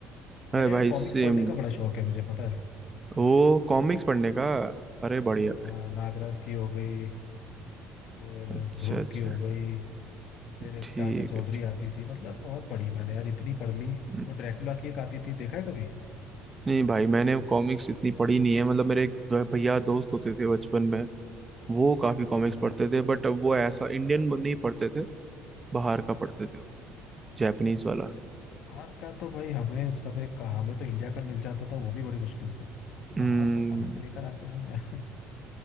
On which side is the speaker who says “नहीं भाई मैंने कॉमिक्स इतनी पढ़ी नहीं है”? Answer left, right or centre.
Right